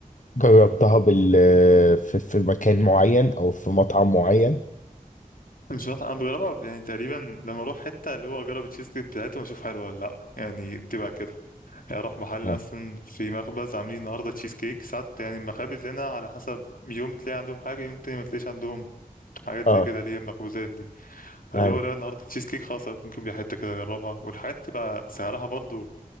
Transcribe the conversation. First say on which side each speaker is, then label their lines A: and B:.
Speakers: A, on the left; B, on the left.
A: جربتها بال في في مكان معين او في مطعم معين
B: مش عارف أنا بجربها يعني تقريبا لما أروح حتة اللي هو أجرب التشيز كيك بتاعتهم أشوف حلوة ولا لأ يعني بتبقى كده يعني أروح محل
A: اه
B: مثلا في مخبز عاملين النهاردة تشيز كيك ساعات يعني المخابز هنا على حسب يوم تلاقي عندهم حاجة يوم تاني ما تلاقيش عندهم حاجات
A: اه
B: زي كده اللي هي المخبوزات اللي
A: ايوه
B: هو لا النهارده تشيز كيك خلاص نجيب لي حته كده اجربها والحاجات تبقى سعرها برضو